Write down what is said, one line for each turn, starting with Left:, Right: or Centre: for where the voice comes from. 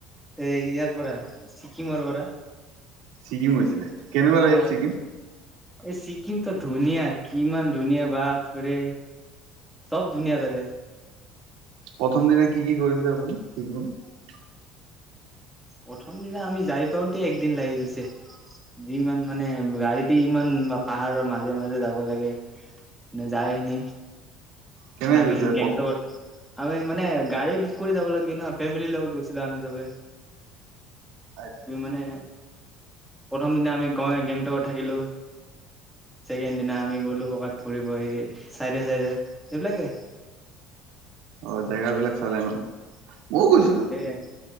Centre: এই ইয়াৰ পৰা, ছিকিমৰ পৰা।
Right: ছিকিম গৈছিলে? কেনেকুৱা লাগিলে
Centre: অ
Right: ছিকিম?
Centre: এই চিকিমটো ধুনীয়াই, কিমান ধুনীয়া, বাপৰে, চব ধুনীয়া তাতে।
Right: প্ৰথম দিনে কি কি কৰিলে আপুনি শিকিব
Centre: প্ৰথম দিনা আমি যাই পাওতে একদিন লাগি গৈছে যিমান মানে গাড়ীতে ইমান পাহাৰৰ মাজে মাজে যাব লাগে নে যায়খিনি
Right: কেনেকে
Centre: আমি
Right: গৈছে
Centre: গেংটকত
Right: প্ৰথ
Centre: আমি মানে গাড়ী বুক কৰি যাব লাগিল ন ফেমিলিৰ লগত গৈছিলো আমি চবে
Right: আচ্ছা আচ্ছা
Centre: মানে প্ৰথম দিনা আমি গৈ গেংটকত থাকিলো ছেকেণ্ড দিনা আমি গ'লো কবাত ফুৰিবহি চাই দে চাইদে সেইবিলাকে
Right: অ জেগ বিলাক চালে মানে ময়ও গৈছিলো
Centre: এ